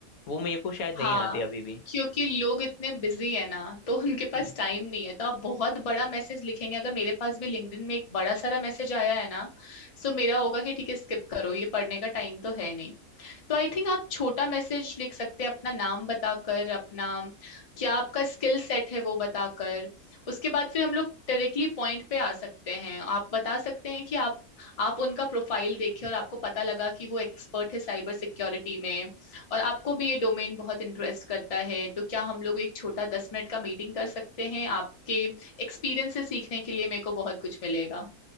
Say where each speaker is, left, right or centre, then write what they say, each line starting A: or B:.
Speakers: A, on the left (about 75°); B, on the left (about 35°).
A: वो मेरे को शायद नहीं
B: हाँ
A: आती अभी भी
B: क्योंकि लोग इतने बिजी है ना तो उनके पास
A: हम्म
B: टाइम नहीं है तो आप बहुत बड़ा मैसेज लिखेंगे अगर मेरे पास भी लिंक्डइन में एक बड़ा सारा मैसेज आया है ना सो मेरा होगा कि ठीक है स्किप करो ये पढ़ने का टाइम तो है नहीं तो आई थिंक आप छोटा मैसेज लिख सकते हैं अपना नाम बताकर अपना क्या आपका स्किल सेट है वो बताकर उसके बाद फिर हम लोग डायरेक्टली पॉइंट पे आ सकते हैं आप बता सकते हैं कि आप आप उनका प्रोफाइल देखे और आपको पता लगा कि वो एक्सपर्ट है साइबर सिक्योरिटी में और आपको भी ये डोमेन बहुत इंटरेस्ट करता है तो क्या हम लोग एक छोटा दस मिनट का मीटिंग कर सकते हैं आपके एक्सपीरियंस से सीखने के लिए मेरे को बहुत कुछ मिलेगा